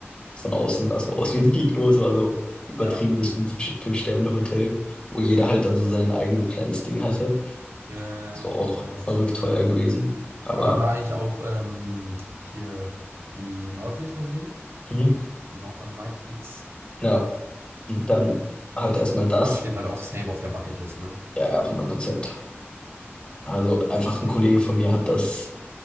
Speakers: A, on the left; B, on the right.
A: von außen sah es nur aus wie ein Igloo, es war so übertriebenes
B: Ja.
A: Fünf- Fünf-Sterne-Hotel, wo jeder halt dann so sein eigenes kleines Ding hatte.
B: ja
A: So auch
B: nice.
A: verrückt teuer gewesen, aber
B: Kann man da eigentlich auch ähm, hier die Nordlichter sehen?
A: mhm.
B: Die Northern Lights?
A: ja, und dann halt erstmal das,
B: Das steht halt auch safe auf der Bucketlist, ne?
A: ja, ja, 100 Prozent.
B: Also.
A: Also einfach ein Kollege von mir hat das,